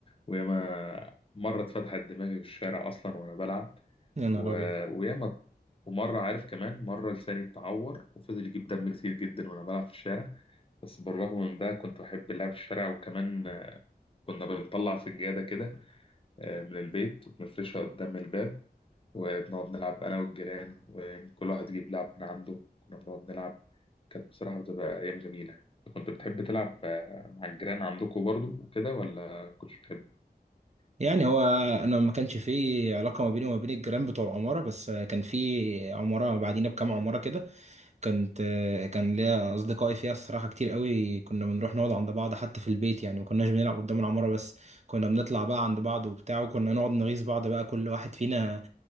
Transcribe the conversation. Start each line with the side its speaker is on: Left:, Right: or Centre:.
Left: وياما مره اتفتحت دماغي في الشارع اصلا وانا بلعب
Right: يا نهار
Left: و...
Right: ابيض
Left: وياما ومره عارف كمان مره لساني اتعور وفضل يجيب دم كتير جدا وانا بلعب في الشارع بس بالرغم من ده كنت بحب اللعب في الشارع وكمان كنا بنطلع سجاده كده آه، من البيت وبنفرشها قدام الباب وبنقعد نلعب أنا والجيران وكل واحد يجيب لعب من عنده كنا بنقعد نلعب كانت بصراحة بتبقى أيام جميلة كنت بتحب تلعب آه، مع الجيران عندكم برضو وكده ولا كنتش بتحب؟
Right: يعني هو انا ما كانش في علاقه ما بيني وما بين الجيران بتوع العماره بس كان في عماره بعدينا بكام عماره كده كانت كان ليا اصدقائي فيها الصراحه كتير قوي كنا بنروح نقعد عند بعض حتى في البيت يعني ما كناش بنلعب قدام العماره بس كنا بنطلع بقى عند بعض وبتاع وكنا نقعد نغيظ بعض بقى كل واحد فينا